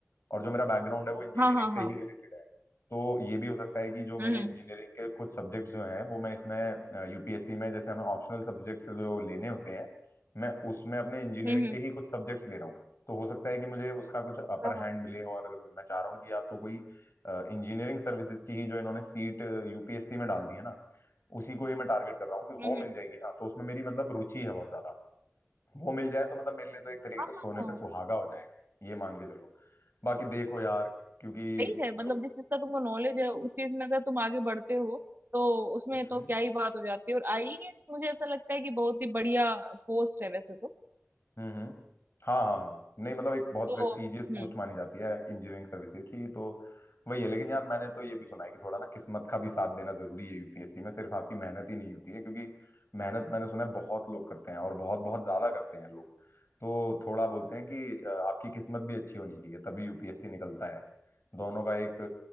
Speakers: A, on the left; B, on the right.
A: और जो मेरा बैकग्राउंड है वो इंजीनियरिंग
B: हाँ हाँ
A: से
B: हाँ
A: ही रिलेटेड है तो ये भी हो सकता है कि जो मेरे
B: हम्म
A: इंजीनियरिंग के कुछ सब्जेक्ट्स जो हैं वो मैं इसमें यूपीएससी में जैसे हमें ऑप्शनल सब्जेक्ट्स जो लेने होते हैं मैं उसमें अपने इंजीनियरिंग
B: हम्म हम्म,
A: के ही कुछ सब्जेक्ट्स ले रहा हूँ तो हो सकता है कि मुझे उसका कुछ अपर
B: हाँ हाँ,
A: हैंड मिले और मैं चाह रहा हूँ कि या तो कोई इंजीनियरिंग सर्विसेज की ही जो इन्होंने सीट यूपीएससी में डाल दी है ना उसी को ही मैं टारगेट कर रहा हूँ कि
B: हम्म
A: वो
B: हम्म
A: मिल जाएगी ना तो उसमें मेरी मतलब रुचि है बहुत ज्यादा वो मिल जाए तो मतलब मेरे लिए तो एक तरीके
B: हाँ,
A: से सोने पे सुहागा हो जाएगा ये मान के चलो बाकी देखो यार क्योंकि
B: सही है मतलब
A: लोग
B: जिस चीज का तुमको नॉलेज है उस चीज में अगर तुम आगे बढ़ते हो तो उसमें
A: हम्म
B: तो क्या ही बात हो जाती है और आईएएस मुझे ऐसा लगता है कि बहुत ही बढ़िया पोस्ट है वैसे तो
A: हम्म हाँ हाँ हाँ नहीं मतलब एक बहुत
B: तो
A: प्रेस्टिजियस
B: हम्म
A: पोस्ट मानी जाती है इंजीनियरिंग सर्विसेज की तो वही है लेकिन यार मैंने तो ये भी सुना है कि थोड़ा ना किस्मत का भी साथ देना जरूरी है यूपीएससी में सिर्फ आपकी मेहनत ही नहीं होती है क्योंकि मेहनत मैंने सुना है बहुत लोग करते हैं और बहुत बहुत ज्यादा करते हैं लोग तो थोड़ा बोलते हैं कि अ, आपकी किस्मत भी अच्छी होनी चाहिए तभी यूपीएससी निकलता है दोनों का एक